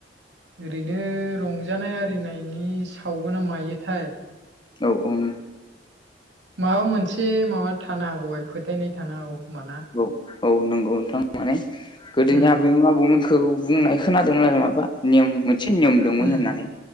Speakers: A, on the right; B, on the left.
A: ओरैनो रंजानाय आरिनायनि सावोना मायोथाय।
B: औ औ
A: माबा मोनसे माबा थानो हागौ <unintelligible> फोथायनाय थानो हागौ खोमा ना?
B: औ औ नंगौ नोंथां माने गोदोनि
A: उम
B: आबैमोना आब'मोनखौ बुंनाय खोनादोंमोन आरो माबा नियम मोनसे नियम दंमोन
A: उम
B: होननानै।